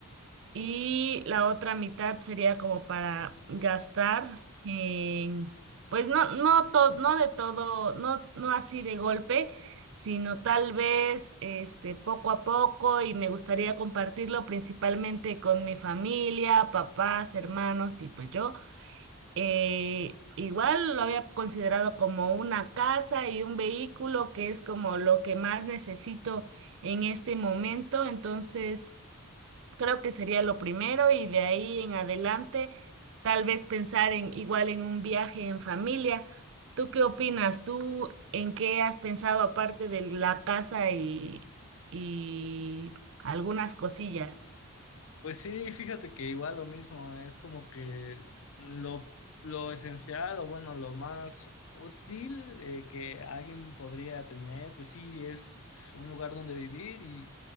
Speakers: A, on the right (about 55°); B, on the left (about 60°).
A: y la otra mitad sería como para gastar en, pues no, no, to- no de todo, no, no así de golpe, sino tal vez este, poco a poco y me gustaría compartirlo principalmente con mi familia, papás, hermanos y pues yo. Eh, igual lo había considerado como una casa y un vehículo que es como lo que más necesito en este momento, entonces creo que sería lo primero y de ahí en adelante tal vez pensar en igual en un viaje en familia. ¿Tú qué opinas? ¿Tú en qué has pensado aparte de la casa y, y algunas cosillas?
B: Pues sí, fíjate que igual lo mismo, es como que lo, lo esencial o bueno, lo más útil eh, que alguien podría tener, pues sí, es un lugar donde vivir y,